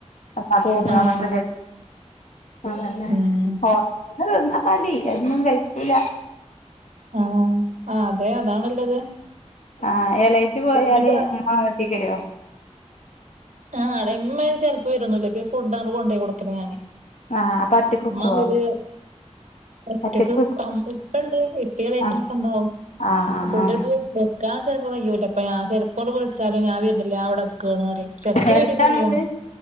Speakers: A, on the left; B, on the right.
A: അപ്പോ <unintelligible>
B: ആഹ്
A: അതെന്നെ
B: ഉം
A: <unintelligible> തിന്നാ മതി അതൊന്നും കഴിക്കൂല്ല
B: ആഹ് അ അതെ അതാണല്ലത്
A: ആഹ് ഏളെച്ചി പോയാല്
B: പിന്നിപ്പോ
A: ഇമ്മ വീട്ടിക്ക് വരോ
B: ആളെ ഇമ്മയിന് ചെലപ്പം വെരൊന്നുല്ല പിന്നെ ഫുഡ് അങ്ങട് കൊണ്ടയിക്കൊട്ക്കലാ ഞാന്
A: ആഹ് അപ്പൊ ഒറ്റക്ക് നിക്കുവോ
B: ഉമ്മ ഒര് ഒറ്റക്ക്പ്പം
A: ഒറ്റക്ക് നിക്കു
B: ഇപ്പണ്ട് ഇപ്പേം എളയച്ഛനൊക്കെണ്ടാവും
A: ആഹ് ആഹ്
B: ഫുഡ്
A: ആഹ്
B: ഇപ്പോ നിക്കാൻ ചെലപ്പം കഴിയൂല്ല ഇപ്പ ഞാൻ ചെലപ്പോട്ട് വിളിച്ചാലോ ഞാൻ വെര്ന്നില്ല ഞാൻ ഇവടെ നിക്കാണ് അറിം ചിലപ്പോ
A: ആഹ് എടുത്താണോ
B: വരും ചെയ്യും
A: വീട്